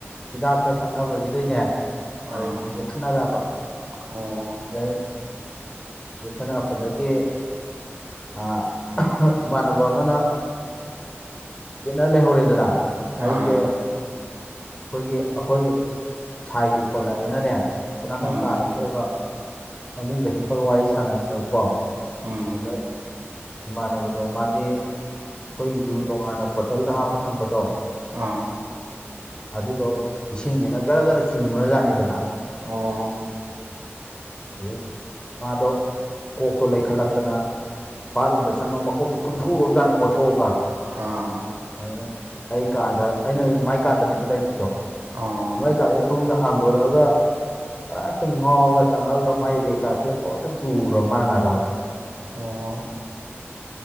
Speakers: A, on the left (about 20°); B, on the right (about 55°).
A: ꯍꯤꯗꯥꯛ ꯈꯔ ꯊꯛꯅꯕꯁꯤꯗꯩꯅꯦ
B: ꯑꯥ
A: ꯃꯔꯩꯁꯤ ꯌꯦꯠꯈꯠꯅꯔꯛꯑꯕ
B: ꯑꯣ
A: ꯑꯗꯩ ꯌꯦꯈꯠꯅꯔꯛꯄꯗꯒꯤ ꯑ ꯏꯃꯥꯟꯅꯕ ꯑꯃꯅ ꯅꯪ ꯂꯩ ꯍꯧꯔꯦꯗꯅ ꯑꯩꯁꯦ
B: ꯑꯥ
A: ꯑꯩꯈꯣꯏꯒꯤ ꯑꯩꯈꯣꯏ ꯁꯥꯏꯒꯤ ꯄꯣꯜ ꯂꯥꯛꯑꯦꯅꯅꯦ ꯑꯁꯣꯝ ꯅꯥꯀꯟ
B: ꯎꯝ
A: ꯀꯥꯗ ꯊꯣꯛꯑꯒ ꯐꯃꯨꯡꯗ ꯍꯤꯞꯄꯒ ꯋꯥꯔꯤ ꯁꯥꯟꯅꯕ ꯀꯣ
B: ꯎꯝ
A: ꯑꯗ ꯏꯃꯥꯟꯅꯕꯗꯣ ꯃꯥꯗꯤ ꯑꯩꯈꯣꯏ ꯌꯨ ꯇꯣꯡꯉꯥꯟꯅ ꯕꯣꯇꯜꯗ ꯍꯥꯞꯄ ꯊꯝꯕꯗꯣ
B: ꯑꯥ ꯑꯥ
A: ꯑꯗꯨꯗꯣ ꯏꯁꯤꯡꯅꯦꯅ ꯒꯔ ꯒꯔ ꯆꯤꯡꯉꯨꯔꯖꯥꯠꯅꯤꯗꯅ
B: ꯑꯣ
A: ꯑꯗꯩ ꯃꯥꯗꯣ ꯀꯣꯛꯇꯣ ꯂꯩꯈꯠꯂꯛꯇꯅ ꯕꯥꯠꯔꯨꯝꯗ ꯆꯪꯉꯒ ꯃꯀꯣꯛꯁꯦ ꯇꯨꯝꯊꯣꯛꯎꯔꯕꯖꯥꯠꯅꯤ ꯑꯣꯠꯊꯣꯛꯑꯒ
B: ꯑꯥ
A: ꯑꯗꯨꯗ ꯑꯩ ꯀꯥꯗ ꯑꯩꯅ ꯃꯥꯏ ꯀꯥꯗꯅꯦꯕ ꯂꯩꯔꯨꯏꯗꯣ
B: ꯑꯣ
A: ꯃꯥꯏ ꯀꯥꯗꯩ ꯊꯣꯡꯁꯦ ꯍꯥꯡ ꯗꯣꯔꯛꯑꯒ ꯍꯦꯛꯇ ꯉꯥꯎꯔꯒ ꯆꯪꯉꯛꯑꯒ ꯃꯥꯏ ꯔꯦꯛꯀꯥꯁꯦ ꯂꯣꯏꯅ ꯇꯨꯒ꯭ꯔꯕ ꯃꯥꯅ ꯉꯥꯗꯕꯗ
B: ꯑꯣ